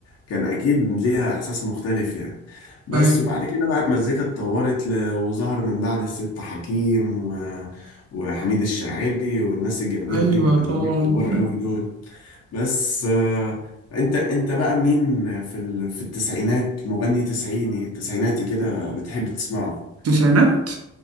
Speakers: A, on the left; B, on the right.
A: كان اكيد ليها احساس مختلف يعني بس
B: ايوه
A: وبعد كده بقى المزيكا اتطورت ل- وظهر من بعد الست حكيم و... وحميد الشاعري والناس الجميله
B: ايوه
A: دي المغنيين
B: طبعا
A: الكبار
B: <laughs>
A: قوي دول بس آه، انت انت بقى مين في ال... في التسعينات مغني تسعيني تسعيناتي كده بتحب تسمعه
B: تسعينات